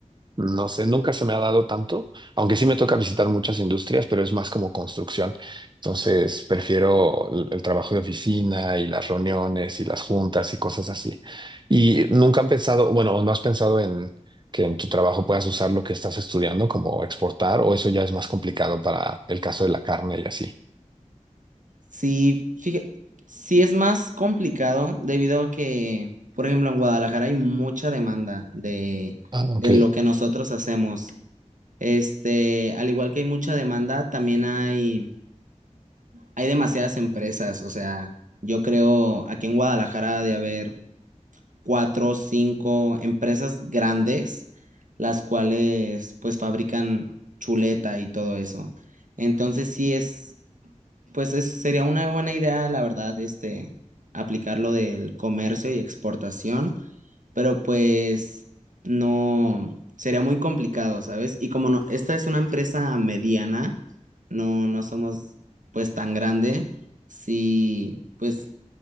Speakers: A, on the right; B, on the right.
A: no sé, nunca se me ha dado tanto, aunque sí me toca visitar muchas industrias, pero es más como construcción. Entonces, prefiero el, el trabajo de oficina y las reuniones y las juntas y cosas así. ¿Y nunca han pensado, bueno, o no has pensado en que en tu trabajo puedas usar lo que estás estudiando como exportar o eso ya es más complicado para el caso de la carne y así?
B: Sí, fíjate, sí es más complicado debido a que, por ejemplo, en Guadalajara hay mucha demanda de,
A: Ah, ok.
B: de lo que nosotros hacemos. Este, al igual que hay mucha demanda, también hay, hay demasiadas empresas. O sea, yo creo aquí en Guadalajara ha de haber cuatro o cinco empresas grandes, las cuales pues fabrican chuleta y todo eso. Entonces sí es, pues es, sería una buena idea, la verdad, este, aplicar lo del comercio y exportación, pero pues no, sería muy complicado, ¿sabes? Y como no, esta es una empresa mediana, no, no somos pues tan grande, sí, pues